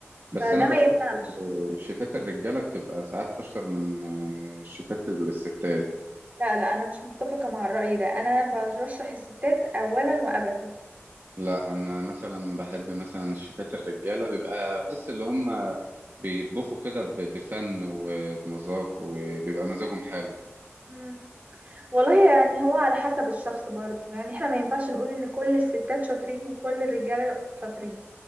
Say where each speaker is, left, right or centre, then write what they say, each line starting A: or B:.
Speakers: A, on the right; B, on the right.
A: بس
B: فده
A: انا بشوف
B: ما يمنعش
A: ال- الشيفات الرجاله بتبقى ساعات اشطر من آه، الشيفات الستات
B: لا لا انا مش متفقة مع الرأي ده انا برشح الستات اولا وابدا
A: لا انا مثلا بحب مثلا الشيفات الرجاله بيبقى بحس اللي هم بيطبخوا كده ب- بفن وبمذاق وبيبقى مزاجهم حلو
B: مم. والله يعني هو على حسب الشخص برضو يعني احنا ما ينفعش نقول ان كل الستات شاطرين وكل الرجالة شاطرين